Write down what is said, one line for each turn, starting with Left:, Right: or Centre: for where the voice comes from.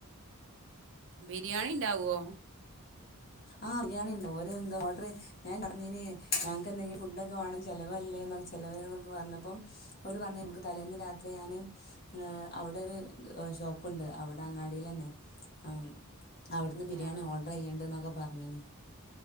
Right: ബിരിയാണി ഉണ്ടാവോ
Left: ആ ബിരിയാണിയിണ്ട് ഓര് എന്തൊ ഓർഡർ ചെയ്ത് ഞാൻ പറഞ്ഞിനി ഞങ്ങക്കെന്തെങ്കിലും ഫുഡ്ഡോക്കെ വേണം ചെലവല്ലേ. ചെലവ് ന്നൊക്കെ പറഞ്ഞപ്പം ഒര് പറഞ്ഞീന് ഇൻക്ക് തലേന്ന് രാത്രി ഞാൻ എ അവിടെരു <unintelligible> ഷോപ്പുണ്ട് അവിടെ അങ്ങാടിലന്നെ ആ അവ്ട്ന്ന് ബിരിയാണി
Right: ആഹ്
Left: ഓർഡർ ചെയ്യണ്ട്ന്നൊക്കെ പറഞ്ഞിനി.